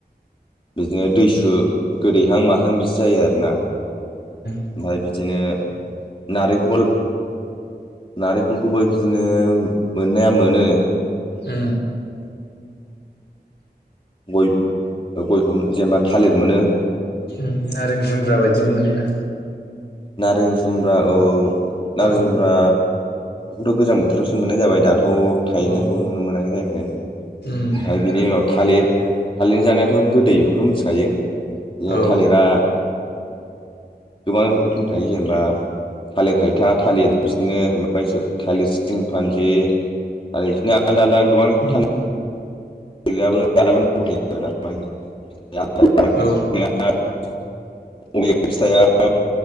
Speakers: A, on the left; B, on the left.
A: बिदिनो दैसु गोदैहां माहां बिदि जायो आरोना ओमफ्राय
B: उम
A: बिदिनो। नारेंखल-नारेंखलखौबो बिदिनो बिदिनो मोननाया मोनो
B: ओ।
A: गय-गयखौ जेनेबा थालिर मोनो
B: ओम नारें जुमब्रा बायदिबो मोनोना
A: नारें जुम्ब्रा औ नारें
B: औ
A: जुमब्रा। बेखौथ गोजां बोथोरावसो मोननाय जाबाय दाथ थायनायखौ
B: औ
A: नुनो मोनायै जाहैबाय। ओमफ्राय
B: उम
A: बिनि उनाव थालिर थालिरनि जानायाथ' गोदै बेखौथ' मिथिखायो जे
B: औ
A: थालिरा गोबां रोखोम थायो जेनेबा थालिर हायथा थालिर बिदिनो माने थालिर सिमफानजि आरो बिदिनो। आलादा आलादा गोबां
B: उम
A: थालिर <inaudible>
B: औ <inaudible>
A: बबे फिथाइया